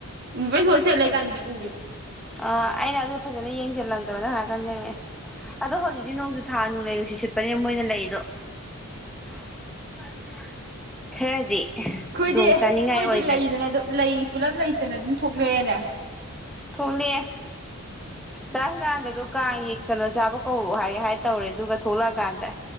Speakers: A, on the right (about 45°); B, in the centre.
A: ꯎꯝ <unintelligible> ꯂꯩꯒꯥꯟꯅꯦ ꯎꯔꯤꯗꯤ
B: ꯑ ꯑꯩꯅ ꯑꯗꯨ ꯐꯖꯅ ꯌꯦꯡꯁꯤꯜꯂꯝꯗꯕꯅ ꯍꯥꯏꯔ ꯈꯥꯟ ꯌꯦꯉꯛꯑꯦ ꯑꯗꯣ ꯍꯧꯖꯤꯛ ꯗꯤ ꯅꯣꯡꯁꯨ ꯊꯥ ꯅꯨꯡꯂꯩ ꯅꯨꯡꯁꯤꯠ ꯁꯤꯠꯄꯅꯤꯅ ꯃꯣꯏꯅ ꯂꯩꯗꯣ <unintelligible> ꯈꯔꯗꯤ
A: ꯑꯩꯈꯣꯏꯗꯤ
B: ꯈꯨꯗꯣꯡ
A: ꯑꯩꯈꯣꯏꯗꯤ
B: ꯆꯥꯅꯤꯡꯉꯥꯏ ꯑꯣꯏꯗ꯭ꯔꯦ
A: ꯂꯩꯗꯅ ꯑꯗꯨꯝ ꯂꯩ ꯄꯨꯂꯞ ꯂꯩꯇꯅ ꯑꯗꯨꯝ ꯊꯣꯛꯂꯛꯑꯦꯅꯦ
B: ꯊꯣꯛꯂꯦ ꯗꯥꯟꯗꯗꯣ ꯀꯥꯡꯒꯤ ꯀꯩꯅꯣ ꯆꯥꯕ ꯀꯧꯔꯛꯑꯣ ꯍꯥꯏꯒꯦ ꯍꯥꯏ ꯇꯧꯔꯦ ꯑꯗꯨꯒ ꯊꯣꯛꯂꯛꯑꯀꯥꯟꯗ